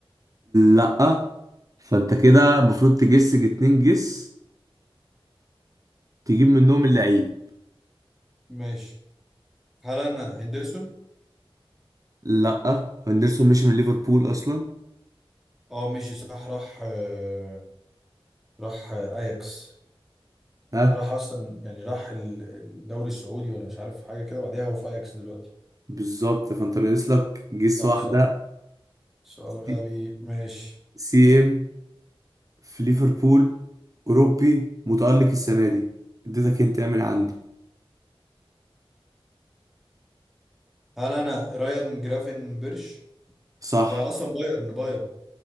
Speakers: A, on the right (about 35°); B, in the centre.
A: لأ فأنت كده المفروض تجس اتنين جس تجيب منهم اللعيب
B: مش هل انا هندرسون
A: لأ هندرسون مشي من ليفربول أصلا
B: اه ماشي صح راح آه راح آه، اياكس
A: ها
B: راح اصلا يعني راح ال- الدوري السعودي ولا مش عارف حاجه كده بعديها هو في اياكس دلوقتي
A: بالظبط فأنت ناقص لك جس
B: صح
A: واحدة
B: صح سؤال
A: سي
B: غبي ماشي
A: سي إم في ليفربول أوروبي متألق السنة دي اديتك انت من عندي
B: هل انا رايان جرافن بيرش
A: صح
B: ده اصلا بايرن بايرن